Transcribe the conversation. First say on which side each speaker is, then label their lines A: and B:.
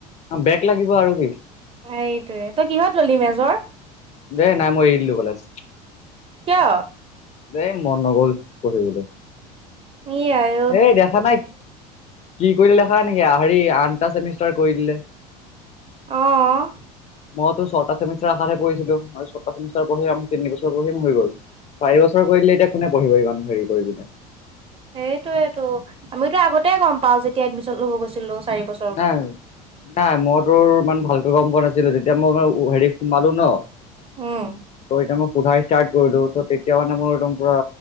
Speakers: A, on the left; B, on the right.
A: বেগ লাগিব আৰু কি।
B: হেইটোয়ে তই কিহত ললি মে'জৰ?
A: দে নাই মই এৰি দিলো কলেজ।
B: কিয়?
A: হেই মন নগ'ল পঢ়িবলৈ।
B: ই আয়ৌ।
A: এই দেখা নাই, কি কৰিলে দেখা নাই নেকি হেৰি আঠটা চেমিষ্টাৰ কৰি দিলে।
B: অ',।
A: মই তোৰ ছটা চেমিষ্টাৰ আশাত হে পঢ়িছিলো মই ছটাচেমিষ্টাৰ পঢ়ি আৰু তিনিবছৰ পঢ়িম হৈ গ'ল। চাৰি বছৰ কৰিদিলে এতিয়া কোনে পঢ়িব ইমান হেৰি কৰি পিনে।
B: হেইটোয়ে টো আমিতো আগতে গম পাওঁ যেতিয়া এডমিশন লব গৈছিলো চাৰি বছৰ
A: <unintelligible> নাই মইতোৰ ইমান ভালকে গম পোৱা নাছিলো তেতিয়া মই -হেৰি সোমালো ন'।
B: উম
A: তৌ এটিয়া মই সুধা ইষ্টাৰ্ট কৰিলো তেতিয়া মানে মই একদম পুৰা